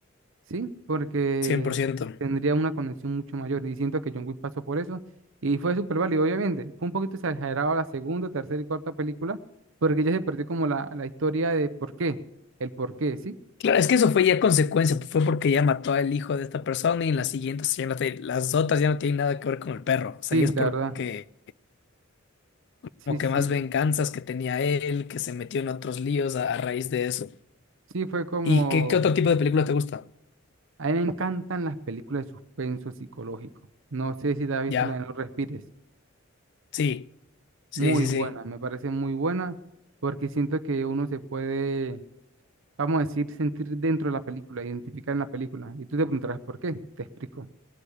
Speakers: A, on the right; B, on the left.
A: Sí, porque
B: cien por ciento.
A: tendría una conexión mucho mayor. Y siento que John Wick pasó por eso. Y fue súper válido, obviamente. Fue un poquito exagerado la segunda, tercera y cuarta película, porque ya se perdió como la, la historia de por qué. El por qué, ¿sí?
B: Claro, es que eso fue ya consecuencia, fue porque ya mató al hijo de esta persona y en las siguientes ya no te- las otras ya no tienen nada que ver con el perro.
A: Sí,
B: O sea, ya es
A: la
B: porque
A: verdad. Sí,
B: como
A: sí.
B: que más venganzas que tenía él, que se metió en otros líos a, a raíz de eso.
A: Sí, fue como...
B: ¿Y qué, qué otro tipo de película te gusta?
A: A mí me encantan las películas de suspenso psicológico. No sé si te has visto
B: Ya,
A: la de No Respires.
B: sí, sí,
A: Muy
B: sí,
A: buena,
B: sí.
A: me parece muy buena, porque siento que uno se puede vamos a decir, sentir dentro de la película, identificar en la película. Y tú te preguntarás por qué, te explico.